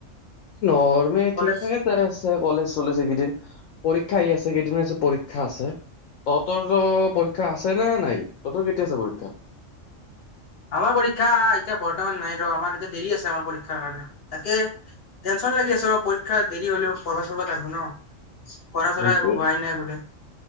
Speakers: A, on the left; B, on the left.
A: নৰ্মে
B: কলেজ
A: ঠিক থাকে জাই আছে কলেজ চলেছ এইকেদিন পৰীক্ষা আহি আছে কেইদিন পৰীক্ষা আছে তহতৰ ত পৰীক্ষা আছে নে নাই? তহতৰ কেতিয়া আছে পৰীক্ষা?
B: আমাৰ পৰীক্ষা এতিয়া বৰ্তমান নাই ৰ আমাৰ এতিয়া দেৰি আছে আমাৰ পৰীক্ষাৰ কাৰণে, তাকে টেনচন লাগি আছে অ পৰীক্ষা দেৰি হলেও পঢ়ব চাব লাকব ন। পঢ়া
A: সেইটো
B: চৰা একো হোৱাই নাই বোলে।